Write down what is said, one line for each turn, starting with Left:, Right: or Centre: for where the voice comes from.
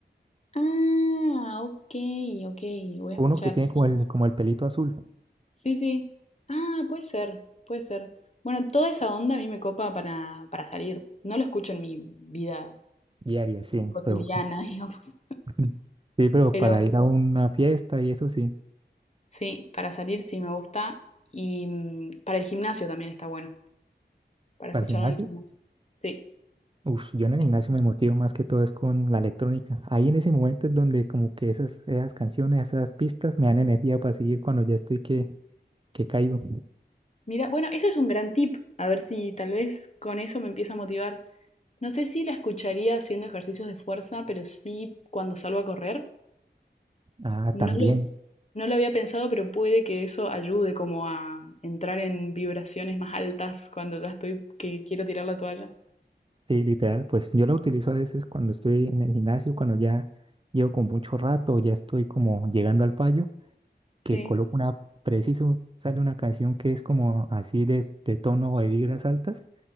Left: Ah, ok, ok, voy a
Right: Uno
Left: escuchar.
Right: que tiene como el, como el pelito azul
Left: Sí, sí. sí. Ah, puede ser, puede ser. Bueno, toda esa onda a mí me copa para, para salir. No lo escucho en mi vida
Right: y Aries, sí,
Left: cotidiana,
Right: pero
Left: <laughs> digamos.
Right: <laughs> sí, pero
Left: Pero
Right: para ir a una fiesta y eso sí,
Left: sí, para salir sí me gusta. Y mm, para el gimnasio también está bueno, para
Right: para
Left: escucharlo
Right: el gimnasio.
Left: en el gimnasio. Sí.
Right: Uf, yo en el gimnasio
Left: Mm.
Right: me motivo más que todo es con la electrónica. Ahí en ese momento es donde como que esas, esas canciones, esas pistas me dan energía para seguir cuando ya estoy que, que caigo.
Left: Mira, bueno, eso es un gran tip. A ver si tal vez con eso me empieza a motivar. No sé si la escucharía haciendo ejercicios de fuerza, pero sí cuando salgo a correr.
Right: Ah,
Left: No
Right: también.
Left: lo, no lo había pensado, pero puede que eso ayude como a entrar en vibraciones más altas cuando ya estoy que quiero tirar la toalla.
Right: Sí, literal, pues yo la utilizo a veces cuando estoy en el gimnasio, cuando ya llevo con mucho rato, ya estoy como llegando al fallo,
Left: Sí,
Right: que coloco una, preciso, sale una canción que es como así de, de tono de vibras altas,